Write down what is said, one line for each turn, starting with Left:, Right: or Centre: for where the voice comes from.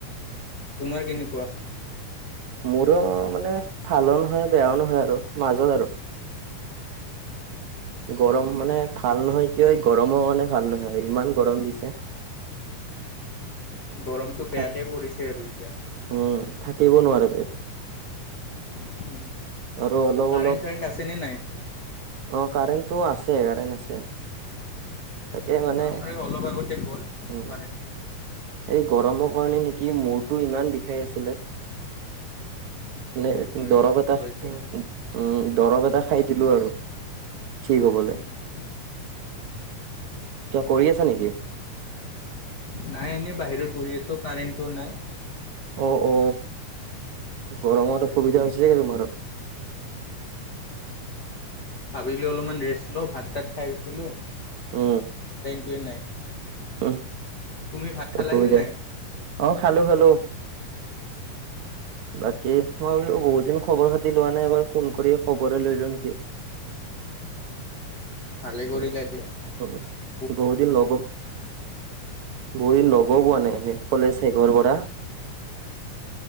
Left: তোমাৰ কেনেকুৱা?
Right: মোৰো মানে ভালো নহয়, বেয়াও নহয় আৰু মাজত আৰু। গৰম মানে ভাল
Left: ঠিকেই
Right: নহয়, কিয় হয় গৰম,। গৰমৰ কাৰণে ভাল নহয় আৰু ইমান গৰম দিছে।
Left: গৰমটো
Right: থাক
Left: বেয়াকে পৰিছে আৰু এতিয়া।
Right: উম থাকিব নোৱাৰা যাই।
Left: <inaudible>
Right: আৰু অলপ
Left: কাৰেণ্ট
Right: অলপ
Left: চাৰেণ্ট আছেনে নাই
Right: অ কাৰেণ্টটো আছে কাৰেণ্ট আছে। তাকে মানে
Left: আমাৰ অলপ আগতে গ'ল
Right: উম।
Left: কাৰেণ্টটো
Right: এই গৰমৰ কাৰণে নেকি মূৰটো ইমান বিষাই আছিলে। মানে
Left: হৈ
Right: দৰৱ এটা
Left: হৈ
Right: উ দৰৱ এটা খাই দিলো আৰু কি হ'বলে।
Left: চাগে
Right: ক কৰি আছা নেকি?
Left: নাই এনেই বাহিৰত বহি আছোঁ কাৰেণ্টো নাই।
Right: অ অ অ গৰমত অসুবিধা হৈছোগে তোমাৰ।
Left: ভাবিলো অলপমান ৰেষ্ট লওঁ ভাত চাত খাই উঠিলো।
Right: উ।
Left: <unintelligible>
Right: উম
Left: তুমি ভাত খালানে
Right: অসুবিধা
Left: নাই?
Right: অ খালো খালো। <inaudible> বাকী মই বোলো বহুত দিন খবৰ খাতি লোৱা নাই এবাৰ ফোন কৰি খবৰে লৈলো নেকি? <unintelligible>
Left: ভালে কৰিলে
Right: উম
Left: এতিয়া।
Right: উম বহুত দিন লগ উম বহুত দিন লগৰ পোৱা নাই। কলেজেঘৰ পৰা।